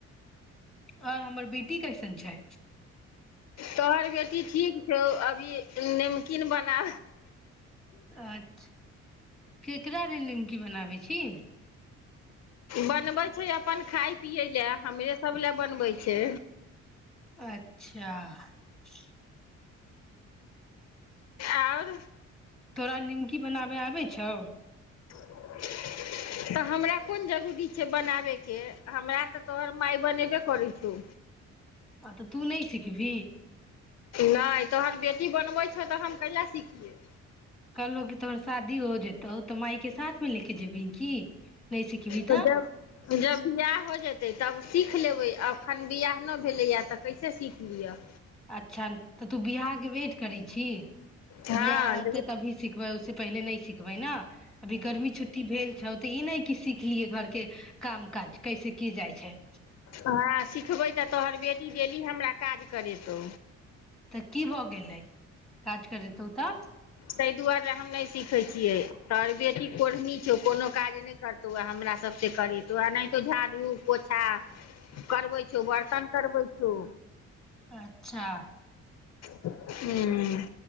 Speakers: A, in the centre; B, on the left (about 60°).
A: आओर हमर बेटी कैसन छै
B: तोहर बेटी ठीक छौ अभी नमकीन बना
A: अच्छा केकरा दिन नीमकी बना बनाबै छी
B: बनबै छै अपन खाय पियै लए हमरे सभ लए बनबै छै
A: अच्छा <unintelligible>
B: आओर
A: तोरा निमकी बनाबे आबै छौ
B: तऽ हमरा कोन जरूरी छै बनाबयके हमरा तऽ तोहर माय बनेबे करै छौ
A: आ तऽ तू नहि सिख भी
B: नहि तोहर बेटी बनबै छौ तऽ हम कहिआा सिखियै
A: कल हो की तोहर शादी हो जेतै तऽ ओ तऽ मााय के साथ मे ले के जेबिं की नहि सिखबही
B: त
A: तऽ
B: जब जाय हो जेतै तब सीख लेबै अखन बियहनो भेलैय तऽ कैसे सीख लिअ
A: अच्छा तऽ तू बियाहके वेट करै छी
B: हँ
A: बियाह होते तभी सिखबै उे पहिले नी सीखबै देखबै ने अभी गर्मी छुट्टी भेल छौ तऽ ई नहि की सिखलियै घरके काम काज कैसे की जाइ छै
B: हँ सिखबै तऽ तोहर बेटी डेली हमरा काज करेतहु
A: तऽ की भऽ गेलै काज करेतौ तऽ
B: ताहि दुआरे हम नहि सीखै छियै तोहर बेटी कोढ़नी छौ कोनो काज नहि करतौ व हमरा सभ त करेतौनाहितो झाड़ू पोछा करबै छौ बर्तन करबै छौ
A: अच्छा
B: हुँ